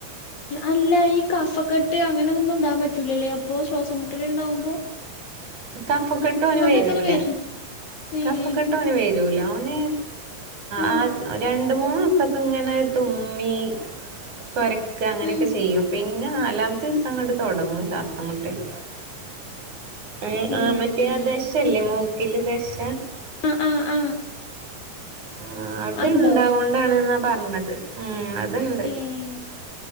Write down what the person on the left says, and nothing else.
അല്ല ഈ കഫക്കെട്ട് അങ്ങനെ ഒന്നും ഉണ്ടാൻ പറ്റൂലല്ലേ അപ്പൊ ശ്വാസം മുട്ടല് ഉണ്ടാവുമ്പോ
അങ്ങനെ വര്ണ് ഏഹ്
ആഹ്
ഉം
ഇമ്മേ
അഹ് ആഹ് ആ
അത്ണ്ടോ
ഏഹ്